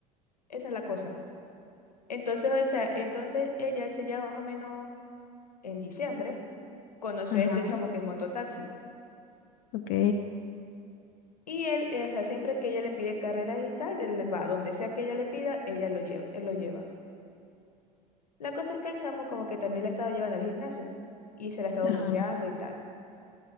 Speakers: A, on the left; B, on the left.
A: Esa es la cosa. Entonces, o sea, entonces ella se llama más o menos en diciembre, conoció
B: Ajá,
A: a este chamo que es mototaxi.
B: ok,
A: Y él, eh, o sea, siempre que ella le pide carreras y tal, él va, donde sea que ella le pida, ella lo lleva, él lo lleva. La cosa es que el chamo como que también la ha estado llevando al gimnasio y se la ha estado
B: ajá,
A: buceando y tal.